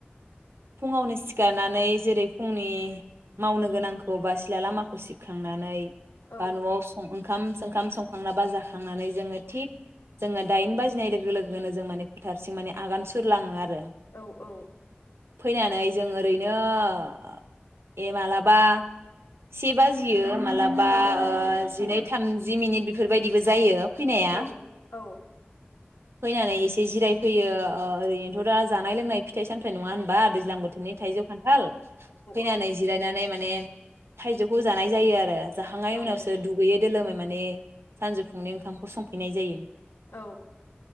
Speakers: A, on the right (about 90°); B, on the left (about 80°).
A: फुङावनो सिखारनानै जेरै फुंनि मावनो गोनांखौ बा सिला लामाखौ सिबखांनानै
B: औ
A: बा न'आव सं ओं खाम सोंखाम संखांनाबा जाखांनानै जोङो थिग जोङो दाइन बाजिनाय लोगो लोगोनो जों माने फोथारसिम माने आगान सुरलाङो आरो
B: औ औ
A: फैनानै जों ओरैनो ए मालाबा से बाजियो। मालाबा
B: औ औ
A: ओ जिनै थामजि मिनिट बेफोरबायदिबो जायो फैनाया
B: औ औ
A: फैनानै एसे जिरायफैयो ओ ओरैनोथ' दा जानाय लोंनाय फिथाइ सामथाइ नङा होन बा दैज्लां बोथोरनि थाइजौ खान्थाल फैनानै
B: औ
A: जिरायनानै मा ने थाइजौखौ जानाय जायो आरो जाहांनाय
B: औ
A: उनावसो दुगैयै दोलोमै माने सानजौफुंनि ओंखामखौ संफिनाय जायो
B: औ